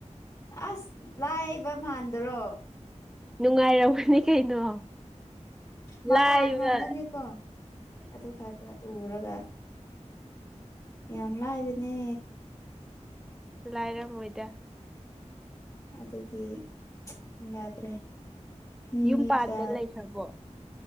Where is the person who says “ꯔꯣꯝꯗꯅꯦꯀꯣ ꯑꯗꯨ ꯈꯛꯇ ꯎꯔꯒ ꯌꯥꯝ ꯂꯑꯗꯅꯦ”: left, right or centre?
Left